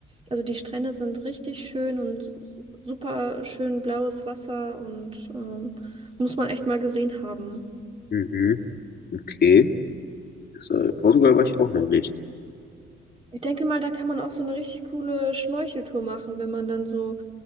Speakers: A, on the right; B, on the left.
A: also die Strände sind richtig schön und super schön blaues Wasser und ähm, muss man echt mal gesehen haben.
B: mhm, okay. Das, äh, Portugal war ich auch noch nicht.
A: Ich denke mal, da kann man auch so eine richtig coole Schnorcheltour machen, wenn man dann so